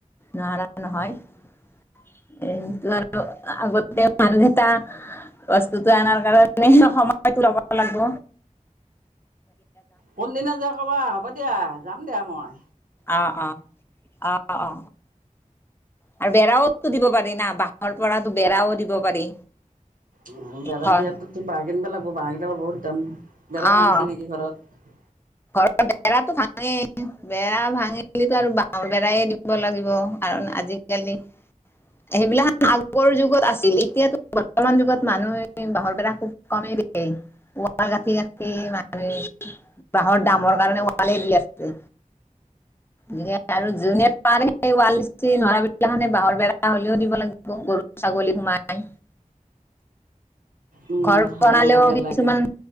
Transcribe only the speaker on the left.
নোৱাৰা নহয়। <unintelligible> বস্তুটো আনাৰ কাৰণে সময়টো ল'ব লাগব।
আ অ -আ অ আৰু বেৰাও দিব পাৰি না বাঁহৰ পৰাটো বেৰাও দিব পাৰি।
হয়,
অ',
ঘৰৰ বেৰাটো ভাঙে বেৰা ভাঙিলিটো আৰু বাহঁ বেৰায়ে দিব লাগিব কাৰণ আজিকালি সেইবিলাক আগৰ যুগত আছিল এতিয়াটো বৰ্তমান যুগত মানুহে বাঁহৰ বেৰা খুব কমেই <unintelligible> বাঁহৰ দামৰ কাৰণে ৱালে দি আছে। যিহে আৰু যোনে পাৰে সেই ৱাল দিছি নৰা বিলাখানে বাঁহৰ বেৰা হ'লেও দিব লাগিব গৰু ছাগলী সোমায়
ঘৰ
বনালেও
কিছুমান